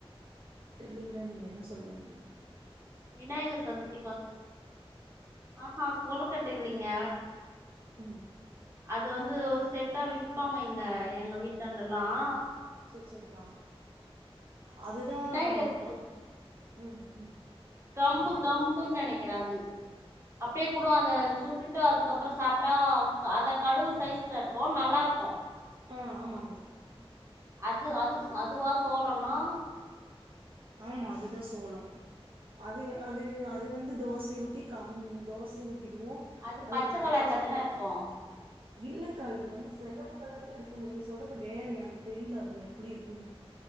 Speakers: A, on the right (about 60°); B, on the right (about 30°).
A: தெர்லீங்ளே நீங்க என்ன சொல்றீங்னு
B: விநாயகர் சதுர்த்திக்கு வந் அஹ்ஹ கோலுக்கட்ட இல்லீங்க
A: உம்
B: அது வந்து செட்டா விப்பாங்க இங்க எங்க வீட்டாண்டல்லாம்
A: செரி செரிக்கா அதுதான்
B: விநாயகருக்கு
A: ம் உம்
B: கம்பு கம்புன்னு நெனைக்றேன் அது அப்டியே கூடும் அத சூட்டுட் அதுக்கப்பறம் சாப்டா அத கடுவு சைஸ்ல இருக்கும் நல்லா இருக்கும்
A: ஆ ஆமா ஆமா
B: அது அது அதுவா சோழொனா
A: ஆமா அதுதான் சோளொம் அது அது அது வந்து தோசய ஊத்தி கம் தோசய ஊ இதுவும்
B: அது
A: அதுக்கு
B: பச்ச
A: காரச்சட்டினி
B: கலர்ல தான
A: அரச்
B: இருக்கு
A: இல்லங்கா இது வந்து செகப்பு கலர்ல இருக்கும் நீங்க சொல்றது வேற எனக்கு தெரில அது எப்டி இருக்குன்